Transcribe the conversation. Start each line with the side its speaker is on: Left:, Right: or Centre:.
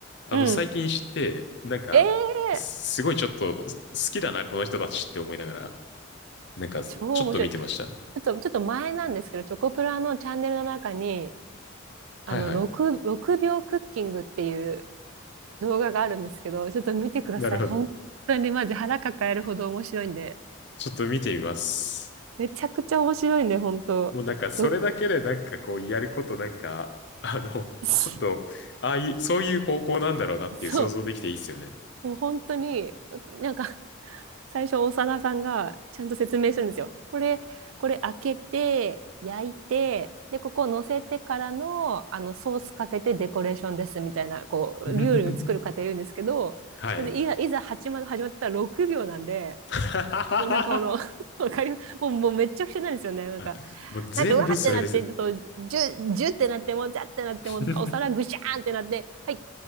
Left: あの、
Right: うん。
Left: 最近知って、なんか、
Right: ええ
Left: すごいちょっとす好きだな、
Right: ー
Left: この人たちって思いながら、なんか、ちょっと見てました。
Right: 超面白い。ちょっと、ちょっと前なんですけど、チョコプラのチャンネルの中に、
Left: はいはい。
Right: あの、6、6秒クッキングっていう動画があるんですけど、ちょっと見てください。
Left: なるほど。
Right: 本当にマジ腹抱えるほど面白いんで。
Left: ちょっと見てみます。
Right: めちゃくちゃ面白いんで、本当。
Left: もうなんか、それだけでなんかこう、
Right: ろ
Left: やることなんか、あの、
Right: <laughs>
Left: ちょっと、ああいう、そういう方向なんだろうなっていう想像できていいっすよね。
Right: そう。もう本当に、なんか最初、長田さんがちゃんと説明するんですよ。これ、これ開けて、焼いて、で、ここを乗せてからの、あの、ソースかけてデコレーションですみたいな、こう、
Left: <laughs>
Right: 料理を作る過程言うんですけど、
Left: はい。
Right: で、いざ、いざ始ま、始まったら6秒なんで、
Left: <laughs>
Right: もうなんかこの <laughs>、わかりますもう、もうめっちゃくちゃなんですよね。なんか、
Left: あもう全部それです。
Right: なんかうわーってなって、そう、ジュ、ジュってなって、もうジャってなって、
Left: <laughs>
Right: もうお皿ぐしゃーんってなって、はい、